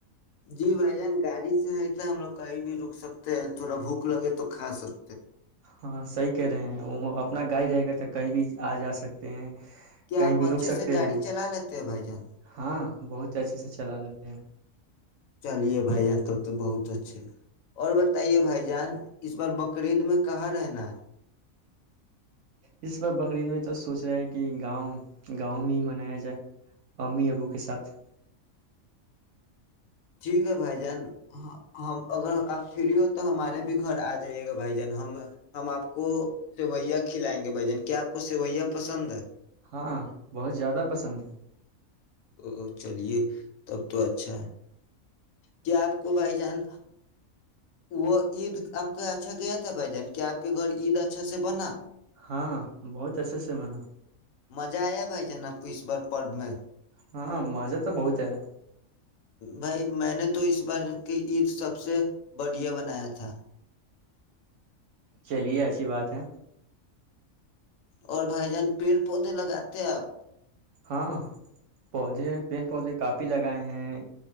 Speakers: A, on the left; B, on the right.
A: جی بھائی جان گاڑی سے ہی تو ہم لوگ کہیں بھی رک سکتے ہیں تھوڑا بھوک لگے تو کھا سک
B: ہاں صحیح کہہ رہے ہیں وہ اپنا گاڑی رہے گا ت کہیں بھی آ جا سکتے ہیں
A: کیا
B: کہیں
A: آپ
B: بھی
A: اچھے
B: رک سکتے
A: سے گاڑی
B: ہیں
A: چلا لیتے ہیں بھائی جان
B: ہاں بہت اچھے سے چلا لیتے ہیں
A: چلیے بھائی جان تو تو بہت تواچھے اور بتائیے بھائی جان اس بار بکری عید میں کہاں رہنا ہے
B: اس باہر بکری عید میں تو سوچ رہے ہے کہ گاؤں گاؤں میں ہی منایا جائے امی ابو کے ساتھ
A: ٹھیک ہے بھائی جان ہم اگر آپ فری ہو تو ہمارے بھی گھر آ جائیے گا بھائی جان ہم ہم آپ کو سیویا کھلائیں گے بھ جان کیا آپ کو سیویا پسند ہے
B: ہاں بہت زیادہ پسند ہے
A: تو چلیے تب تو اچھا ہے کیا آپ کو بھائی جان وہ عید آپ کا اچھا گیا تھا بھائی جان کیا آپ کے گھر عید اچھا سے بنا
B: ہاں بہت اچھے سے منا
A: مزہ آیا بھائی جان آپ کو اس بار پرب میں
B: ہاں مزہ تو بہت ایا
A: بھائی میں نے تو اس بار کی عید سب سے بڑھیا بنایا تھا
B: چلیے اچھی بات ہے
A: اور بھائی جان پیڑ پودے لگاتے ہیں آپ
B: ہاں پودے پیڑ پودے کافی لگائے ہیں ہیں